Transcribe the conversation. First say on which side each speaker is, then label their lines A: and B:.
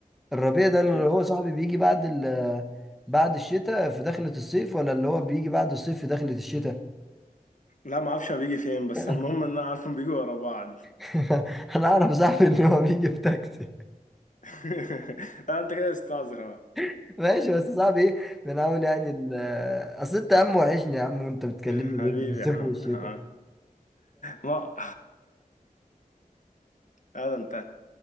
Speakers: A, in the centre; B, on the left (about 60°).
A: الربيع ده اللي
B: بي...
A: هو صاحبي بيجي بعد ال بعد الشتاء في دخلة الصيف ولا اللي هو بيجي بعد الصيف في دخلة الشتاء
B: لا ما اعرفش هو بيجي فين بس
A: <laughs>
B: المهم ان انا عارفهم بيجوا ورا بعض
A: <laughs> انا اعرف صاحبي ان هو بيجي بتاكسي
B: <laughs> لا انت كده استعذر اهو
A: <laughs> ماشي بس صاحبي ايه بنحاول يعني ال- اصل انت يا عم وحشني يا عم وانت بتكلمني
B: حبيبي
A: بين الصيف
B: يا عم
A: والشتاء
B: عم.
A: <laughs>
B: ما هذا انت